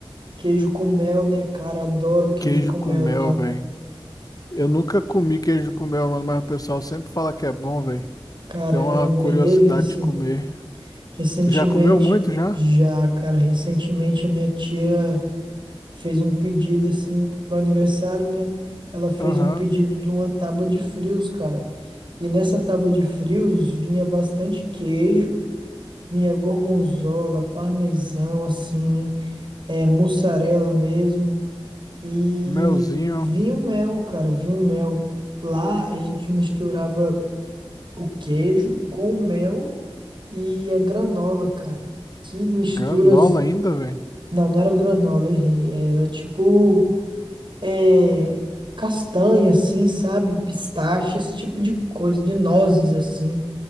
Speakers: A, on the right (about 60°); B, on the left (about 40°).
A: queijo com mel, né, cara? Adoro queijo
B: Queijo
A: com mel,
B: com mel,
A: tá?
B: velho. Eu nunca comi queijo com mel, mano, mas o pessoal sempre fala que é bom, velho.
A: Cara,
B: Tem
A: é
B: uma
A: bem
B: curiosidade
A: delícia.
B: de comer.
A: Recentemente,
B: Tu já comeu muito já?
A: já, cara, recentemente a minha tia. fez um pedido assim pro aniversário, né? Ela fez
B: Aham.
A: um pedido de uma tábua de frios, cara. E nessa tábua de frios vinha bastante queijo, vinha gorgonzola, parmesão, assim, é, mussarela mesmo. E
B: Melzinho,
A: vinha o mel, cara, vinha o mel. Lá a gente misturava o queijo com o mel e a granola, cara. Que misturas.
B: granola ainda, velho.
A: Não, não era granola, errei. Era tipo. é, castanha, assim, sabe? Pistache, esse tipo de coisa, de nozes, assim.